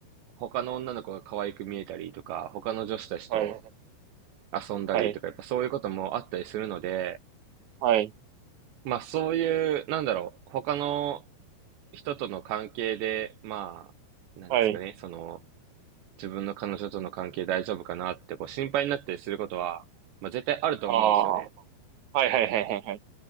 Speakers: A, on the right; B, on the right.
A: 他の女の子が可愛く見えたりとか、他の女子たちと
B: はい。
A: 遊んだりとか、
B: はい。
A: やっぱそういうこともあったりするので、
B: はい。はい。
A: まあそういう、なんだろう、他の人との関係で、まあ、なんですかね、
B: はい。はい。はい。
A: その、自分の彼女との関係大丈夫かなってこう心配になったりすることは、まあ絶対あると思うんですよね。
B: ああ。はいはいはいはいはい。